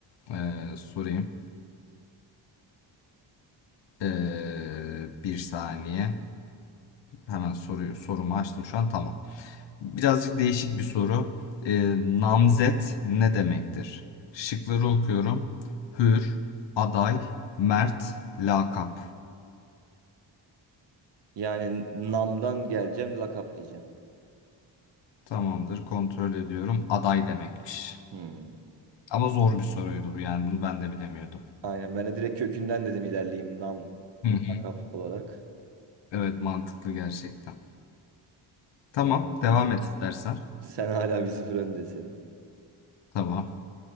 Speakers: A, on the left; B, on the right.
A: eee, sorayım. Eee, bir saniye. Hemen soruyu sorumu açtım şu an. Tamam. Birazcık değişik bir soru. Eee, namzet ne demektir? Şıkları okuyorum. Hür, aday, mert, lakap.
B: Yani namdan geleceğim lakap diyeceğim.
A: Tamamdır. Kontrol ediyorum. Aday demekmiş.
B: Hmm.
A: Ama zor bir soruydu bu yani. Bunu ben de bilemiyordum.
B: Aynen ben de direkt kökünden dedim ilerleyeyim nam
A: Hı hı.
B: lakap olarak.
A: Evet, mantıklı gerçekten. Tamam,
B: Tamamdır.
A: devam et istersen.
B: Sen hala bir sıfır öndesin.
A: Tamam.